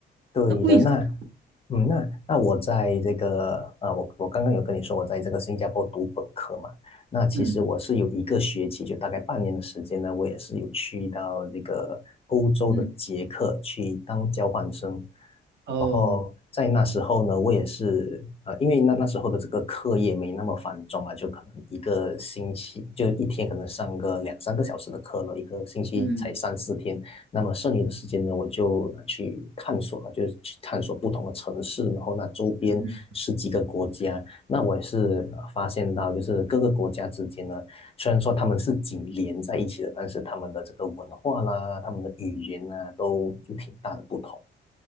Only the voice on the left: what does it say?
对的，
那，嗯，那那我在这个，呃，我我刚刚有跟你说，我在这个新加坡读本科嘛，那其实我是有一个学期，
就大概半年的时间呢，我也是有去到这个欧洲的捷克去当交换生，
然后在那时候呢，我也是，呃，因为那那时候的这个课业没那么繁重啊，就可能一个星期，就一天可能上个两三个小时的课了，一个星期才三四天。
那么剩余的时间呢，我就去探索了，就是去探索不同的城市，然后那周边十几个国家。
那我也是呃发现到，就是各个国家之间呢，虽然说他们是紧连在一起的，但是他们的这个文化啦，他们的语言啊，都有挺大的不同。